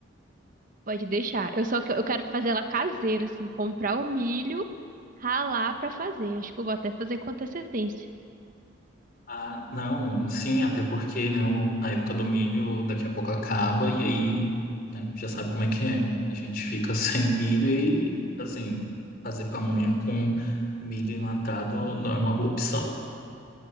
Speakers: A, on the right (about 45°); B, on the left (about 50°).
A: pode deixar. Eu só que- eu quero fazer ela caseira, assim, comprar o milho, ralar pra fazer. Acho que eu vou até fazer com antecedência.
B: Ah, não, sim, até porque, né, o- a época do milho daqui a pouco acaba e aí, né, já sabe como é que é. A gente fica <laughs> sem milho e, assim, fazer pamonha com milho enlatado não é uma boa opção.